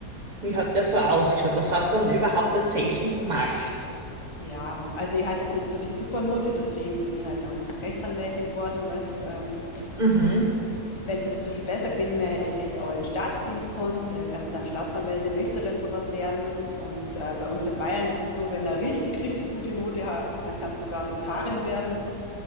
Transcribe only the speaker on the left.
Ja, also ich hatte jetzt nicht so die Supernote, deswegen bin ich halt dann Rechtsanwältin geworden, weißt, ähm,
Wenn es jetzt ein bisschen besser gewesen wäre, hätte ich vielleicht auch in den Staatsdienst konnt. Äh, Kannst dann Staatsanwältin, Richterin, sowas werden. Und äh, bei uns in Bayern ist es so, wenn du richtig, richtig gute Note hast, dann kannst du sogar Notarin werden.